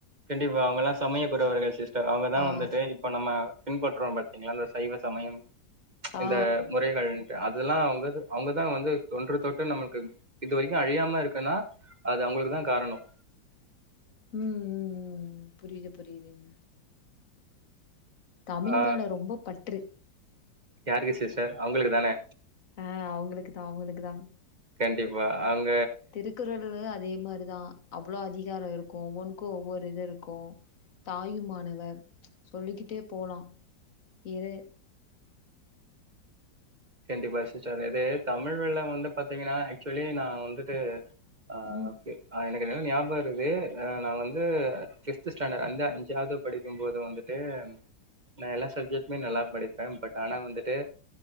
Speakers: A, on the right (about 30°); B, on the left (about 45°).
A: கண்டிப்பா அவங்கலா சமய குறவர்கள் சிஸ்டர் அவங்கதான்
B: ஆ,
A: வந்துட்டு இப்ப நம்ம பின்பற்றோம் பாத்தீங்களா சைவ சமயம் இந்த
B: ஆ.
A: முறைகள்ண்டு அ அதெல்லா அவுங்க அவுங்கதா வந்து தொன்று தொட்டு நம்மளுக்கு இது வரைக்கு அழியாம இருக்குன்னா அது அவங்களுக்குதா காரணம்
B: உம் உம் உம் புரியுது புரியுதுங்க தமிழ்
A: ஆ
B: மேல ரொம்ப பற்று
A: யாருக்கு சிஸ்டர் அவங்களுக்கு தானே
B: ஆஹ் அவங்களுக்கு தான்-அவங்களுக்கு தான்
A: கண்டிப்பா அங்க
B: திருக்குறளு அதே மாரிதா அவ்ளோ அதிகாரம் இருக்கோ ஒவ்வொனுக்கோ ஒவ்வொரு இது இருக்கோ தாயுமானவர் சொல்லிக்கிட்டே போலா இரு
A: கண்டிப்பா சிஸ்டர் இது தமிழ்ல வந்து பாத்தீங்கன்னா ஆக்சுவலி நா வந்துட்டு ஆஹ்
B: ம்,
A: ஓகே அ எனக் ஞாபக இருகுது நா வந்து பிப்து ஸ்டாண்டர்ட் அஞ்-அஞ்சாவது படிக்கும்போது வந்துட்டு நா எல்லா சப்ஜெக்ட்டமே நல்லா படிப்பேன் பட் ஆனா வந்துட்டு